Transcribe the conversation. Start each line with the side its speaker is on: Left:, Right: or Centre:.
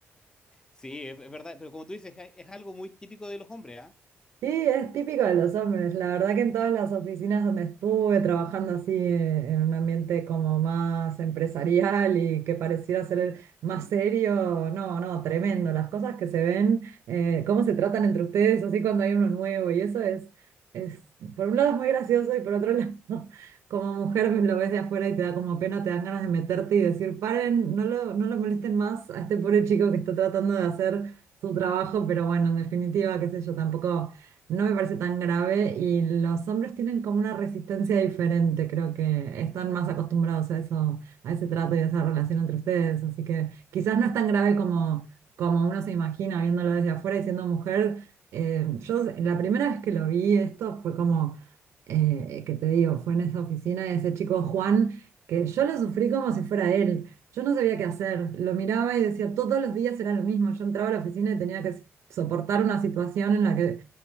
Left: Sí, es, es verdad, pero como tú dices, es, es algo muy típico de los hombres, ¿ah?
Right: Sí, es típico de los hombres. La verdad que en todas las oficinas donde estuve trabajando así eh, en un ambiente como más empresarial y que pareciera ser más serio, no, no, tremendo. Las cosas que se ven, eh, cómo se tratan entre ustedes, así cuando hay uno nuevo y eso es, es, por un lado es muy gracioso y por otro lado, <laughs> como mujer pues, lo ves de afuera y te da como pena, te dan ganas de meterte y decir, paren, no lo, no lo molesten más a este pobre chico que está tratando de hacer su trabajo, pero bueno, en definitiva, qué sé yo, tampoco no me parece tan grave y los hombres tienen como una resistencia diferente, creo que están más acostumbrados a eso, a ese trato y a esa relación entre ustedes, así que quizás no es tan grave como, como uno se imagina viéndolo desde afuera y siendo mujer. Eh, yo la primera vez que lo vi esto fue como, eh, que te digo, fue en esa oficina de ese chico Juan, que yo lo sufrí como si fuera él. Yo no sabía qué hacer, lo miraba y decía, todos los días era lo mismo. Yo entraba a la oficina y tenía que soportar una situación en la que